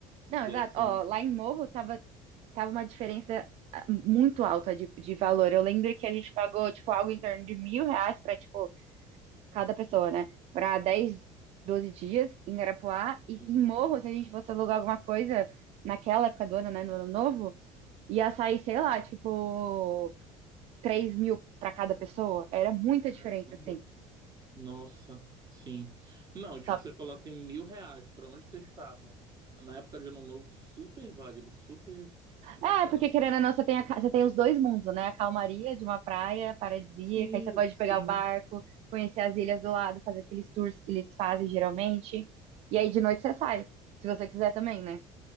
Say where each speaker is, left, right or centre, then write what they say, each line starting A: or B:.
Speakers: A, on the right (about 55°); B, on the right (about 30°).
A: Não,
B: E
A: exato.
B: assim,
A: Ó, lá em Morro tava tava uma diferença ah, muito alta de, de valor. Eu lembro que a gente pagou, tipo, algo em torno de mil reais pra, tipo, cada pessoa, né? Pra 10 12 dias em Garapuá. E
B: hum,
A: em Morro, se a gente fosse alugar alguma coisa naquela época do ano, né? No ano novo, ia sair, sei lá, tipo, 3 mil pra cada pessoa. Era muita
B: caramba.
A: diferença, assim.
B: Nossa, sim. Não, tipo,
A: Só
B: você falou assim, mil reais, pra onde vocês estavam? Na época de Ano Novo, super válido, super bacana,
A: É, porque
B: assim.
A: querendo ou não, você tem, a ca- você tem os dois mundos, né? A calmaria de uma praia paradisíaca,
B: Sim,
A: aí você pode
B: sim.
A: pegar o barco, conhecer as ilhas do lado, fazer aqueles tours que eles fazem geralmente. E aí de noite você sai, se você quiser também, né?